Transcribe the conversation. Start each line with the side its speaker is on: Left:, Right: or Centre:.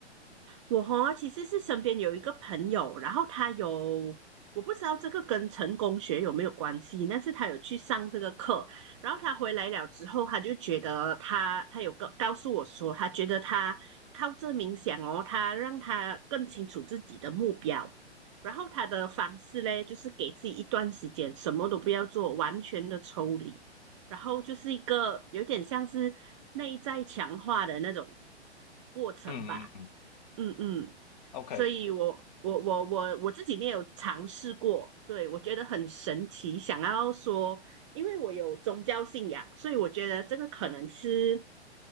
Right: 我哈其实是身边有一个朋友，然后他有我不知道这个跟成功学有没有关系，但是他有去上这个课，然后他回来了之后，他就觉得他他有个告诉我说，他觉得他靠这冥想哦，他让他更清楚自己的目标。然后他的方式嘞，就是给自己一段时间，什么都不要做，完全的抽离，然后就是一个有点像是内在强化的那种过程吧。
Left: 嗯嗯嗯。
Right: 嗯嗯，
Left: OK，
Right: 所以我我我我我自己没有尝试过，对，我觉得很神奇。想要说，因为我有宗教信仰，所以我觉得这个可能是